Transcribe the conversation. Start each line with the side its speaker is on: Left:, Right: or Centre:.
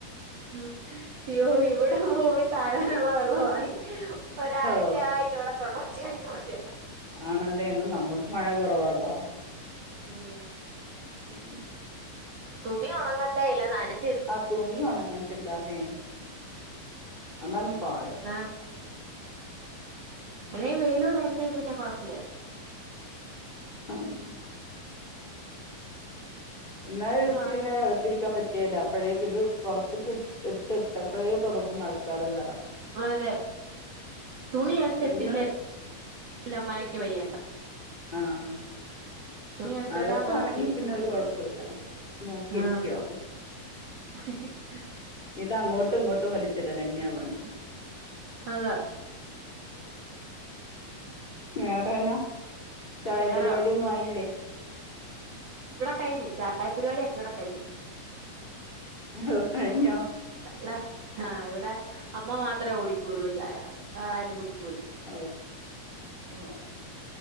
Right: ഉം ഇയ്യോ ഇവിടെ ഭൂമി താഴാനുള്ള വെള്ളം ആയി ഒരാഴ്ചയായിട്ട്
Left: ഓ
Right: ഇവിടെ തുടർച്ചയായിട്ട് മഴയാ
Left: ആണല്ലേ ന്നാ നമ്മക്ക് മഴ കുറവാട്ടോ
Right: ഉം
Left: ഉം
Right: തുണി ഉണങ്ങട്ടെ ഇല്ലേ നനഞ്ഞ്
Left: ആ തുണി ഒണങ്ങത്തില്ലാന്നേ അതാണ് പാട്
Right: അതാണ് മഴയും വെയിലൂടായിരുന്നേൽ പിന്നെ കൊഴപ്പില്ലായിരുന്നു
Left: മ് എന്നാലും
Right: തുണി
Left: ഒരു ഇച്ചിരിന്നേരം
Right: ഉണങ്ങാഞ്ഞത്
Left: അകത്തിരിക്കാൻ പറ്റ്കേല്ല അപ്പഴേക്ക് ഇത് പുറത്തേക്ക് എടുത്തിട്ടപ്പോഴേ തൊടങ്ങും മഴക്കാറ് കേറാൻ
Right: അതെ തുണി എടുത്തിട്ടില്ലേൽ
Left: ഇന്ന്
Right: <unintelligible> മഴക്ക് പെയ്യണ്ട
Left: ആഹ് ആ
Right: തുണി എടുത്തിടാ
Left: അകത്താണെങ്കി
Right: നേക്കി ഇരിക്കാ
Left: പിന്നെ
Right: മഴക്ക്
Left: ഒരു കുഴപ്പമില്ല
Right: പെയ്യാൻ
Left: നോക്കിയിരിക്കാവും
Right: ആഹ് ഹി ഹി
Left: ഇതാ അങ്ങോട്ടും ഇങ്ങോട്ടും വലിച്ചിടലന്നെയാ പണി
Right: അതാ
Left: വേറെന്നാ ചായപരിപാടിയെന്നും
Right: വേറെ
Left: ആയില്ലേ
Right: ഇവിടെ കഴിഞ്ഞു ചായ പരിപാടി ഒക്കെ ഇവിടെ കഴിഞ്ഞു
Left: ഓഹ് കഴിഞ്ഞോ
Right: <unintelligible> ആഹ് ഇവിടെ അമ്മ മാത്രേ കുടിക്കുള്ളൂ ചായ വേറെ ആരും കുടിക്കൂല
Left: ഓ ഓ